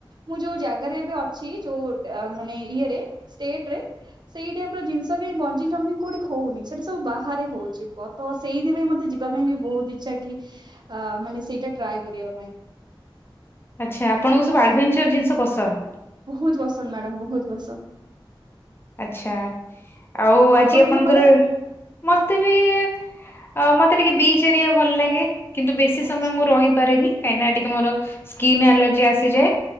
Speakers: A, on the right; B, on the left.
A: ମୁଁ ଯୋଉ ଜାଗରେ ଏବେ ଅଛି ଯୋଉ ମାନେ ଇଏରେ ସେ ଷ୍ଟେଟରେ ସେଇ ଟାଇପ୍ ର ଜିନିଷ କାଇଁ ବଞ୍ଜିଂ ଜମ୍ପିଂ କୋଉଠି ହଉନି ସେଟା ସବୁ ବାହାରେ ହଉଛି ବ ତ ସେଇଥିପାଇଁ ମତେ ଯିବା ପାଇଁ ବି ବହୁତ ଇଚ୍ଛା କି ଆ ମାନେ ସେଇଟା ଟ୍ରାଏ କରିବା ପାଇଁ।
B: ଆଚ୍ଛା ଆପଣଙ୍କୁ ସବୁ ଆଡ଼ଭେଞ୍ଚର ଜିନିଷ ପସନ୍ଦ।
A: ବହୁତ ପସନ୍ଦ ମ୍ୟାଡ଼ାମ ବହୁତ ପସନ୍ଦ।
B: ଆଛା ଆଉ ଆଜି
A: ଆପଣଙ୍କୁ
B: ଆପଣଙ୍କର,
A: ମ୍ୟାଡାମ?
B: ମତେ ବି ଆ ମତେ ଟିକେ ବିଚ୍ ଏରିଆ ଭଲ ଲାଗେ କିନ୍ତୁ ବେଶୀ
A: ଆଚ୍ଛା
B: ସମୟ ମୁଁ ରହିପାରେନି କାହିଁକିନା ଟିକେ ମୋର ସ୍କିନ୍ ଆଲର୍ଜି ଆସିଯାଏ।